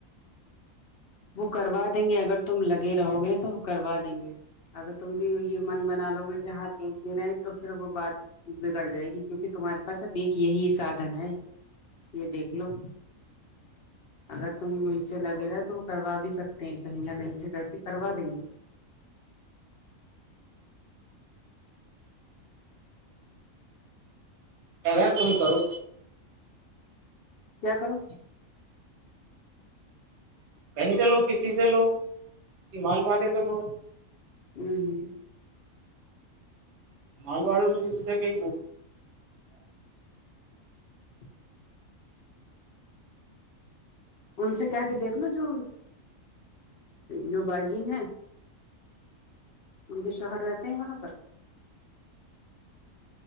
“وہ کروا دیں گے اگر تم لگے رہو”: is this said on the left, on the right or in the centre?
Left